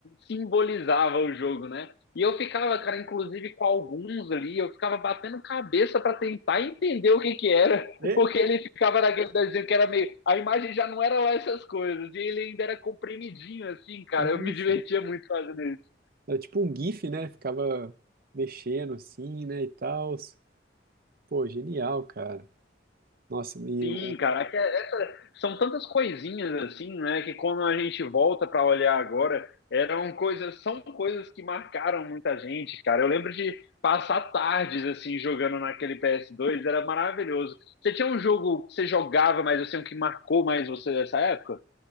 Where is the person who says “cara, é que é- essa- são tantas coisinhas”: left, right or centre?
Left